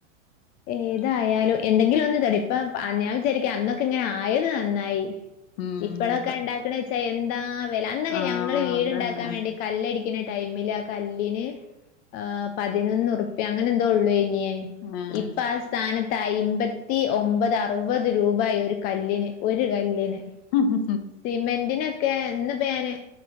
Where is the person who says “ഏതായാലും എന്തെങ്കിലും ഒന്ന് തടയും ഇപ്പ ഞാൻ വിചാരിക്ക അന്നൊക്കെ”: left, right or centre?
Left